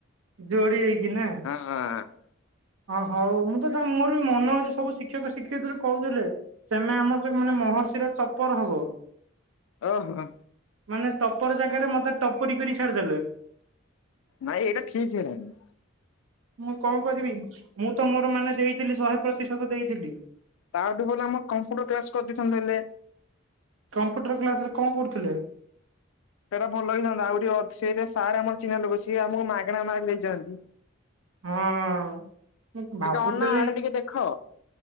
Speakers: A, on the right; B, on the left.
A: ଯୋଡି ହେଇକି ନା।
B: ହଁ।
A: ହଁ ହଉ ମୁଁ ତ ତା ମୋର ବି ମନ ଅଛି ସବୁ ଶିଖ ଶିକ୍ଷକ ଶିକ୍ଷିତ କହୁଥିଲେ ତମେ ଆମ ସ ମାନେ ମହର୍ଷିର ଟପର ହବ।
B: ଓହୋ।
A: ମାନେ ଟପର ଜାଗାରେ ମତେ ଟପରି କରି ଛାଡିଦେଲେ।
B: ନାଇଁ ଏଇଟା ଠିକ ହେଇଲାଣି।
A: ମୁଁ କଣ କରିବି ମୁଁ ତ ମୋର ମାନେ ଦେଇଥିଲି ଶହେ ପ୍ରତିଶତ ଦେଇଥିଲି।
B: ତାଠୁ ଭଲ ଆମ କମ୍ପ୍ୟୁଟର କ୍ଲାସ କରିଦେଇଥାନ୍ତେ ହେଲେ
A: କମ୍ପୁଟର କ୍ଲାସ ରେ କଣ କରୁଥିଲେ?
B: ସେଇଟା ଭଲ ହେଇଥାନ୍ତା ଆଉ ଟିକେ ସେଇଟା ସାର୍ ଆମର ଚିହ୍ନା ଲୋକ ସିଏ ଆମକୁ ମାଗଣା ମି ଦେଇଥାନ୍ତି।
A: ହଁ। ମୁଁ ଭାବୁଥିଲି
B: ଟିକେ ଅନା ଆଡେ ଟିକେ ଦେଖ